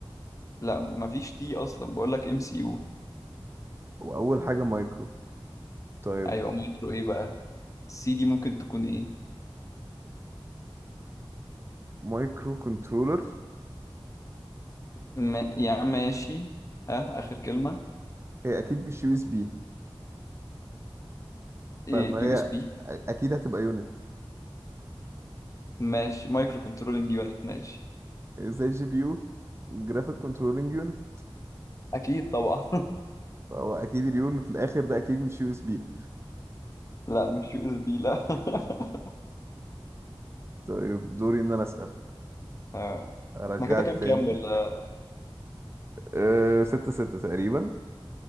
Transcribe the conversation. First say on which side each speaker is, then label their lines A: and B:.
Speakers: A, on the left; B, on the right.
A: لا مفيش تي اصلا بقول لك ام سي يو
B: واول حاجه مايكرو طيب
A: ايوه مايكرو ايه بقى السي دي ممكن تكون ايه
B: مايكرو كنترولر
A: ما... يعني ماشي ها اخر كلمة
B: هي اكيد مش يو اس بي
A: إيه
B: فهي
A: يو اس بي
B: أ- اكيد هتبقى يونت.
A: ماشي مايكرو كنترولينج يونت ماشي
B: زي جي بي يو جرافيك كنترولينج يونت
A: اكيد طبعا
B: فهو اكيد اليو اللي في الاخر ده اكيد مش يو اس بي
A: <laughs> لا مش يو اس بي لا <laughs>
B: طيب دوري ان انا اسال
A: آه.
B: ارجعك
A: احنا كده كام
B: تاني
A: كام ولا
B: أه ستة ستة تقريبا